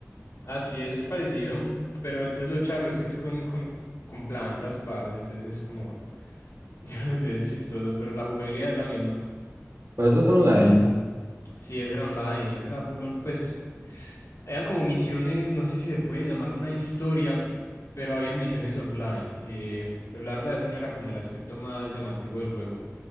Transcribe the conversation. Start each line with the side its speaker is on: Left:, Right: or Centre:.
Left: Así es parecido, pero entonces lo charro es que es con, con, con plantas par, entonces es como, <laughs> yo no sé, es chistoso, pero la jugabilidad es la misma.
Right: Pues eso es online,
Left: Sí, ese era online, ese era full on, pues eran como misiones, no sé si se puede llamar una historia, pero habían misiones offline. eh, pero la verdad, ese no era como el aspecto más llamativo del juego.